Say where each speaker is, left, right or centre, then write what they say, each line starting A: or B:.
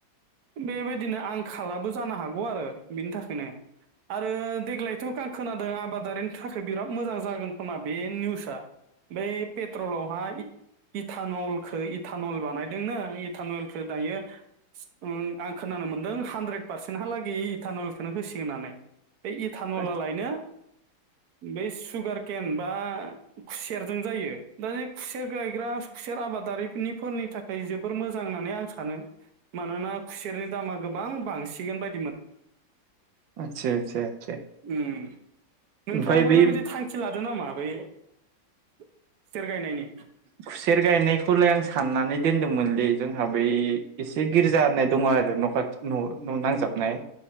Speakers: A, on the right; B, on the right.
A: बे बे बिदिनो आं खालाबो जानो हागोन आरो बिनि थाखायनो आरो देग्लाय थ' आं खोनादों आबादारिनि थाखाय बिराद मोजां जागोन खोमा बे निउसआ बै पेट्रलावहाय इटानलखौ इटानल बानायदोंनो इटानलखौ दायो ओ आं खोनानो मोनदों हानद्रेद पारसेेन्टहा लागि इतानल नों होसि नानै बे नला
B: औ
A: लायनो बे सुगार केन बा खुसेरजों जायो दा बे खुसेर गायग्रा खुसेर आबादारिनिफोरनि थाखाय जोबोर मोजां होननानै आं सानो मानोना खुसेरनि दामा गोबां बांसिगोन बाय
B: आतसा- आतसा- आतसा
A: ओम नोंथाङाबो
B: ओमफ्राय बै
A: बेबायदि थांखि लादों नामा बे खुसेर गायनायनि
B: खुसेर गायनायखौलाय आं सा साननानै दोनदोंमोनलै जोंहा बै एसे गिर्जा होननाय दङ आरो न'खा न' न' नांजाबनाय